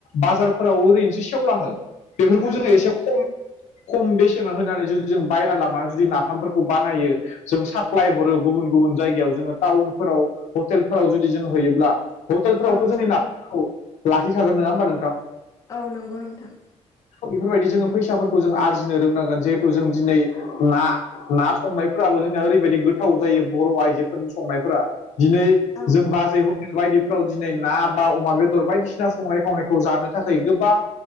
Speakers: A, on the left (about 70°); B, on the left (about 25°).
A: बाजारफोराव ओरैनोसो सेवलाङो बेफोरखौ
B: औ
A: जोङो
B: नंगौ
A: एसे खम खम बेसेनाव होनानै जुदि जों बायना लांनानै जुदि नाफामफोरखौ बानायो जों साप्लाय हरो गुबुन गुबुन जायगायाव जोङो टाउनफोराव हटेलफोराव जुदि जों होयोब्ला हटेलफोरावथ'
B: औ
A: जोंनि नाफोरखौ लाखिखागोन नङा होमबा नोंथां
B: औ नंगौ नोंथां
A: बेफोरबायदि जोङो फैसाफोरखौ जों आरजिनो रोंनांगोन जिहेथु जों दिनै ना ना संनायफोराबो जोंहा ओरैबायदि गोथाव जायो बर' आइजोफोरनि संनायफोरा दिनै
B: औ
A: जों बाजैखौ बायदिफ्राव दिनै ना बा अमा बेदर बायदिसिना संनाय खावनायखौ जानो थाखाय गोबां